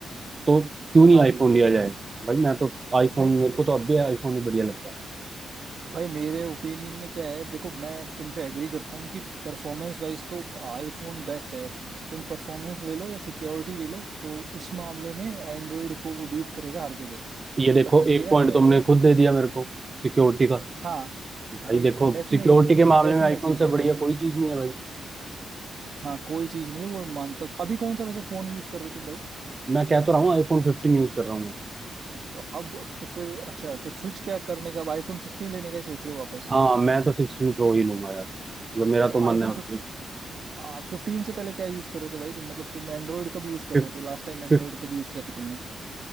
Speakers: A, on the right (about 25°); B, on the right (about 50°).
A: तो क्यों
B: हाँ
A: नहीं
B: हाँ
A: आईफोन
B: भाई
A: लिया जाए भाई मैं तो आईफोन
B: भाई
A: मेरे को तो अब भी आईफोन ही बढ़िया लगता है
B: भाई मेरे ओपिनियन में क्या है देखो मैं तुमसे एग्री करता हूँ कि परफॉर्मेंस वाइज तो आईफोन बेस्ट है तुम परफॉर्मेंस ले लो या सिक्योरिटी ले लो तो उस मामले में एंड्रॉयड को वो बीट करेगा हर जगह
A: ये देखो
B: बट मेरा
A: एक पॉइंट
B: क्या
A: तुमने
B: है
A: खुद दे दिया मेरे को सिक्योरिटी का
B: हाँ
A: भाई
B: भाई
A: देखो
B: डेफिनेटली
A: सिक्योरिटी के मामले
B: डेफिनेटली
A: में आईफोन से
B: हाँ
A: बढ़िया
B: भाई
A: कोई चीज नहीं है भाई
B: हाँ कोई चीज नहीं है वो मैं मानता हूँ तो अभी कौन सा वैसे फोन यूज कर रहे हो तुम भाई
A: मैं कहता रहा हूँ आईफोन फिफ्टीन यूज कर रहा हूँ
B: तो अब तो फिर अच्छा तो स्विच क्या करने का अब आईफोन सिक्सटीन लेने का ही सोच रहे हो वापस
A: हाँ मैं तो सिक्सटीन प्रो ही लूंगा यार मतलब मेरा
B: तो
A: तो
B: आईफोन
A: मन है उसमें
B: फिफ्टी आप फिफ्टीन से पहले क्या यूज कर रहे थे भाई तुम मतलब तुम एंड्रॉयड कब यूज कर
A: फिफ्थ
B: रहे थे लास्ट टाइम एंड्रॉयड
A: फिफ्थ
B: कब यूज किया था तुमने